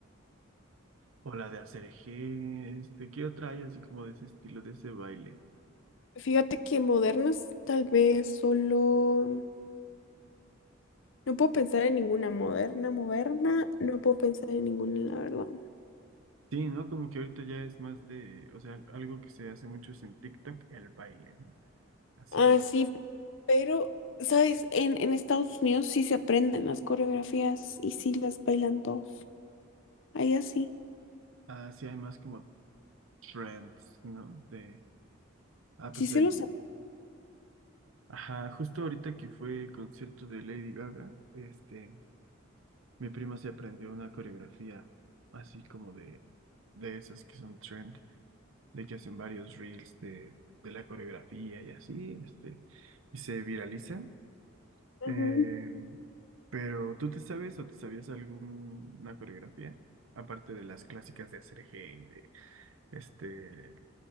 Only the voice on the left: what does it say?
Fíjate que modernas, tal vez solo... No puedo pensar en ninguna moderna, moderna. No puedo pensar en ninguna, la verdad.
Ah,
sí, pero, ¿sabes? En, en Estados Unidos sí se aprenden las coreografías y sí las bailan todos. Allá sí.
Sí
se
los...
Ajá.